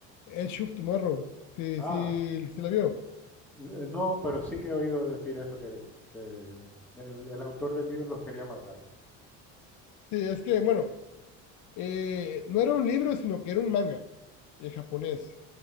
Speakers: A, on the left; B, in the centre.
A: Edge of Tomorrow. Sí,
B: Ah,
A: sí, se la vio.
B: Eh, No, pero sí que he oído decir eso, que, le- que el, el- el autor del libro los quería matar.
A: Sí, es que, bueno, eh, no era un libro, sino que era un manga eh, japonés,